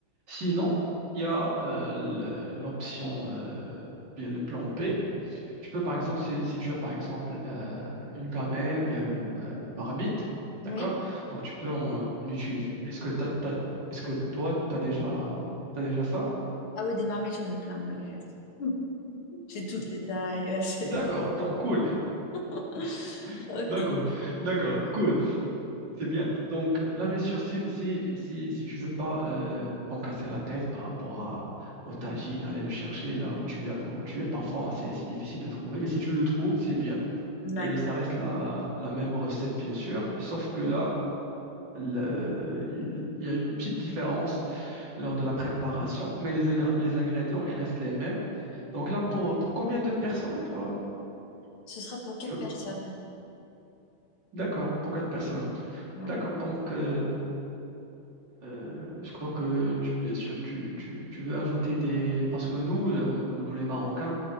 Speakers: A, on the right; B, on the left.
A: Sinon, il y a euh, le- l'option, euh, bien le plan B. Tu peux, par exemple, si, si tu as, par exemple, euh, une gamelle ou bien une, ma- une marmite,
B: Oui.
A: d'accord? Donc, tu peux en, en utiliser. Est-ce que t'as- t'as- est-ce que toi, tu as déjà, t'as déjà ça?
B: Ah oui, des marmites, j'en ai plein, moi, les jette. <laughs> Hmm. J'ai toutes les tailles. ouais, c'est-
A: D'accord, donc cool,
B: <laughs>
A: <laughs>
B: Ok,
A: d'accord, d'accord, cool. C'est bien. Donc euh, là, bien sûr, si, si, si, si tu veux pas euh, t'en casser la tête par rapport à, au tagine, aller le chercher là où tu, as- où tu es, parfois hein, c'est c'est difficile de trouver, mais si tu le trouves, c'est bien.
B: d'accord.
A: Et ça reste la, la même recette, bien sûr, sauf que là, le- il il y a une petite différence lors de la préparation, mais les, ingr- les ingrédients, ils restent les mêmes. Donc là, pour, pour combien de personnes, toi?
B: Ce sera pour quatre
A: tu-
B: personnes.
A: D'accord, pour quatre personnes.
B: Ouais,
A: D'accord, donc euh, Euh, je crois que tu, bien sûr, tu, tu, tu veux ajouter des... Parce que nous, euh, on- nous, les Marocains,